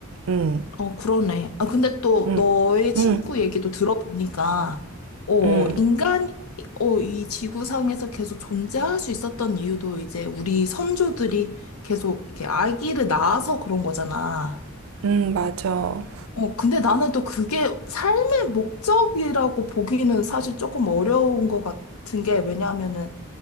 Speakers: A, on the right; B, on the left.
A: 응,
B: 어, 그러네. 아, 근데 또
A: 응,
B: 너의 친구
A: 응,
B: 얘기도 들어보니까, 어,
A: 응,
B: 인간이, 어, 이 지구상에서 계속 존재할 수 있었던 이유도 이제 우리 선조들이 계속 이렇게 아기를 낳아서 그런 거잖아.
A: 응, 맞아.
B: 어, 근데 나는 또 그게 삶의 목적이라고 보기는 사실 조금 어려운 것 같은 게 왜냐하면은